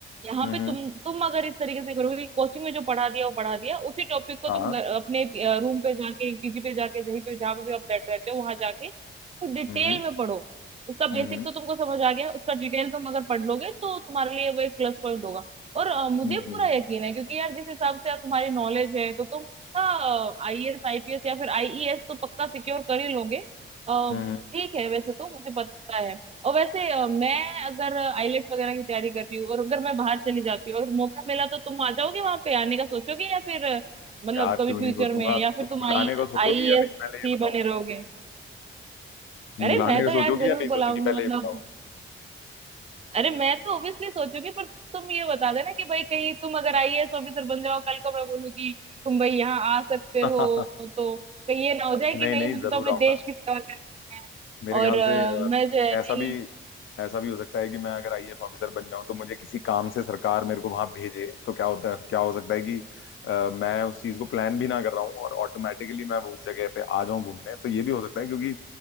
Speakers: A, on the right; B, on the left.
A: यहाँ
B: हम्म
A: पे तुम तुम अगर इस तरीके से करोगे कोचिंग में जो पढ़ा दिया वो पढ़ा दिया उसी टॉपिक को
B: हाँ
A: तुम घर- अपने रूम पे जाके पीजी पे जाके जहीं पे जहाँ पे भी आप बैठ रहते हो वहां जाके तो डिटेल
B: हम्म
A: में पढ़ो उसका बेसिक
B: हम्म
A: तो तुमको समझ आ गया उसका डिटेल तुम अगर पढ़ लोगे तो तुम्हारे लिए वो एक प्लस पॉइंट होगा और अ, मुझे
B: हम्म
A: पूरा यकीन है क्योंकि यार जिस हिसाब से यार तुम्हारी नॉलेज है तो तुम आईएएस आईपीएस या फिर आईईएस तो पक्का सिक्योर कर ही लोगे अ,
B: हम्म
A: ठीक है वैसे तो मुझे पता है और वैसे अ, मैं अगर आईलेट्स वगैरह की तैयारी कर रही हूँ और अगर मैं बाहर चली जाती हूँ अगर मौका मिला तो तुम आ जाओगे वहां पे आने का सोचोगे या फिर अ, मतलब
B: यार
A: कभी
B: क्यों नहीं
A: फ्यूचर
B: सोचूंगा
A: में
B: तुम
A: या फिर तुम
B: बुलाने
A: आई
B: का सोचोगी
A: आईएएस
B: या नहीं पहले ये
A: ही
B: बताओ
A: बने रहोगे
B: तुम
A: अरे
B: बुलाने
A: मैं
B: का
A: तो
B: सोचोगी
A: यार जरूर
B: या नहीं
A: बुलाऊंगी
B: सोचोगी पहले
A: मतलब
B: ये बताओ
A: अरे मैं तो ऑब्वियसली सोचूंगी पर तुम ये बता देना कि भाई कहीं तुम अगर आईएएस ऑफिसर बन जाओ कल को मैं बोलूँ कि तुम भाई यहाँ आ सकते
B: <laughs>
A: हो तो कहीं ये ना हो जाए
B: नहीं
A: कि नहीं
B: नहीं
A: मुझे
B: जरूर
A: तो अपने
B: आऊंगा
A: देश की सेवा करनी है
B: मेरे ख्याल
A: और अ,
B: से अ,
A: मैं जो है
B: ऐसा
A: नहीं
B: भी ऐसा भी हो सकता है कि मैं अगर आईएएस ऑफिसर बन जाऊं तो मुझे किसी काम से सरकार मेरे को वहां भेजे तो क्या होता है क्या हो सकता है कि अ, मैं उस चीज को प्लान भी ना कर रहा हूँ और ऑटोमेटिकली मैं उस जगह पे आ जाऊं घूमने तो ये भी हो सकता है क्योंकि